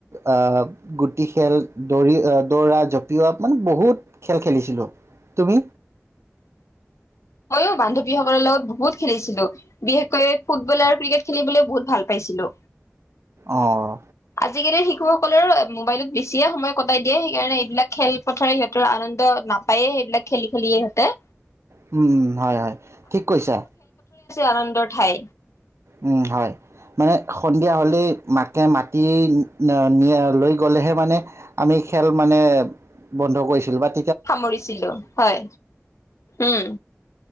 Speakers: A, on the right (about 65°); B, on the left (about 75°).
A: আহ গুটি খেল দৌৰি দৌৰা জপিওৱা মানে বহুত খেল খেলিছিলো তুমি।
B: মইো বান্ধৱীসকলৰ লগত বহুত খেলিছিলো বিশেষকৈ ফুটবল আৰু ক্ৰিকেট খেলিবলৈ বহুত ভাল পাইছিলো।
A: অঁ
B: আজিকালিৰ শিশুসকলৰো, মোবাইলত বেছিয়ে সময় কটাই দিয়ে সেইকাৰণে এইবিলাক খেলপথাৰ সিহঁতৰ আনন্দ নাপায়েই সেইবিলাক খেলি খেলিয়ে ইহঁতে,
A: হোম হোম হয় হয় ঠিক কৈছা।
B: আনন্দ ঠাই।
A: উম হয়। মানে সন্ধিয়া হ'লেই মাকে মাতি ন লৈ গ'লেহে মানে আমি খেল মানে বন্ধ কৰিছিলোঁ বাট।
B: সামৰিছিলো হয় উম